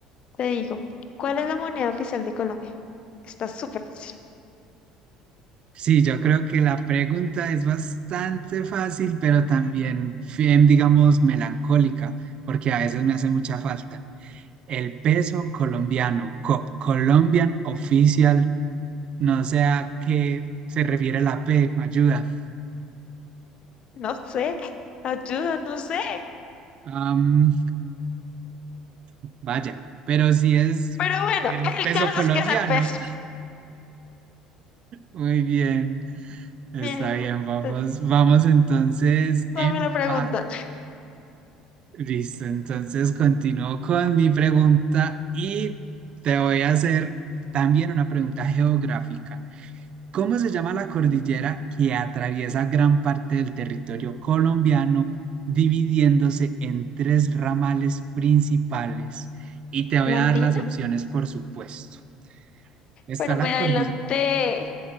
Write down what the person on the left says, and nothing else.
Te digo, ¿cuál es la moneda oficial de Colombia? Está súper fácil.
No sé, ayuda, no sé.
Pero bueno,
el
caso
es que es el peso.
<laughs> Bien,
eh,
dame
la pregunta.
¿La
andina?
Pero me
adelanté.